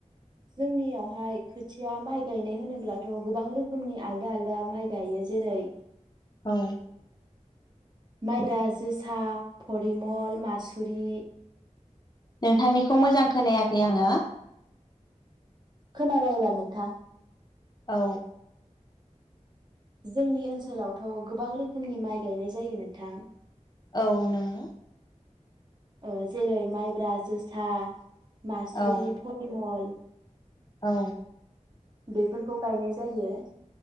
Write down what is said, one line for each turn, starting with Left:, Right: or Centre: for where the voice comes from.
Right: जोंनियावहाय खोथिया माइ गायनाय होनोब्लाथ गोबां रोखोमनि आलदा आलदा माइ गायो। जेरै
Left: औ।
Right: माइद्रा, जोसा, फरिमल, मासुरि
Left: नोंथांनिखौ मोजां खोनायाखै आङो।
Right: खोनाबाय एबार नोंथां?
Left: औ।
Right: जोंनि ओनसोलावथ गोबां रोखोमनि माइ गायनाय जायो नोंथां।
Left: औ नोंगो
Right: ओ जेरै माइब्रा, जोसा मासुरि,
Left: औ
Right: फलिमल
Left: औ
Right: बेफोरखौ गायनाय जायो